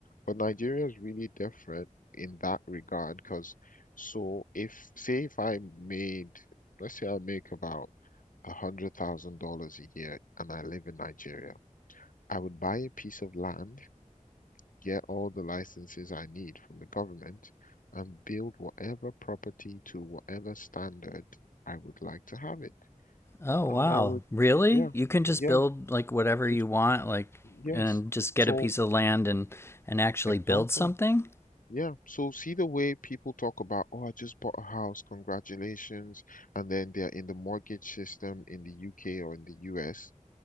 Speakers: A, on the left; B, on the left.
A: But Nigeria is really different in that regard because, so if, say, if I made, let's say I make about a hundred thousand dollars a year and I live in Nigeria, I would buy a piece of land get all the licenses I need from the government, and build whatever property to whatever standard I would like to have it.
B: Oh
A: And
B: wow.
A: I would,
B: Really?
A: yeah,
B: You can just
A: yeah,
B: build like whatever
A: it just,
B: you want like
A: yes.
B: and just get
A: So,
B: a piece of land and and actually
A: exactly.
B: build something?
A: Yeah. So, see the way people talk about, oh, I just bought a house, congratulations. And then they're in the mortgage system in the UK or in the US.